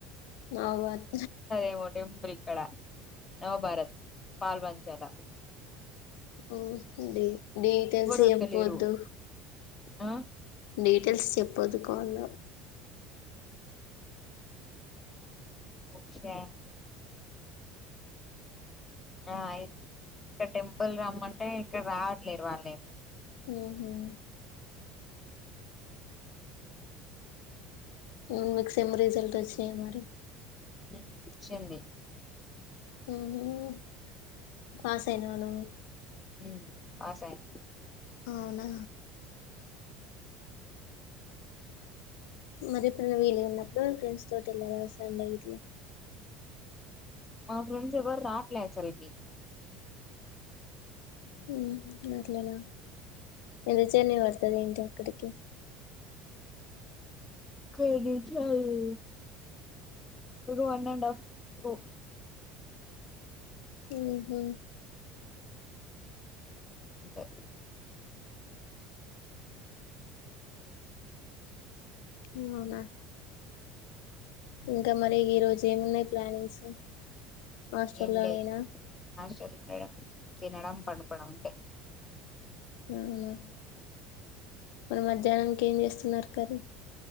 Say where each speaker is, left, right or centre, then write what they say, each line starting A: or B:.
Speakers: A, on the left (about 85°); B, on the left (about 20°).
A: అవు అది
B: ఏమో టెంపుల్ కి ఇక్కడ నవభారత్ పాల్ బంంచాల
A: ఓ డీటెయిల్స్
B: వత్తలేరు
A: ఏం పోద్దు
B: ఆ
A: డీటెయిల్స్ చెప్పు పొద్దు కోవల్ల
B: ఓక్షా ఆ అయి ఇక్క టెంపుల్ రమ్మంటే ఇక్కడ రావట్లేరు వాళ్ళేమో
A: ఓహో ఉన్ మీ సేమ్ రిజల్ట్ వచ్చినాయ మరి
B: హ్మ్ చెంది
A: హ్మ్మ్ పాసైనవా నువ్
B: ఉ పాస అయన
A: అవునా మరి ఇప్పుడు న వీళ్ళ ఉన్నప్పుడు ఫ్రెండ్స్ తోటి వెళ్ళ వస్తాండ ఇట్లా
B: మా ఫెండ్స్ ఎవ్వరు రాట్లే అస్సల్కి
A: హ్మ్ మర్లేనా పిలుస్తానే వస్తది ఏంటీ అక్కడికి
B: కలిచాము ఇది వన్ అండ్ ఆఫ్ టూ
A: హ్మ్ హు
B: అంతే
A: హు అవున ఇంకా మరి ఈరోోజు ఏమున్నాయి ప్లానింగ్స్ హాస్టల్
B: ఏం
A: లో
B: లే
A: నేనా
B: హాస్టల్ పెడం తినడం పన్నుకోడం అంతే
A: అవునా మరి మధ్యాహ్నాంనికి ఏం చేస్తున్నారు కర్రీ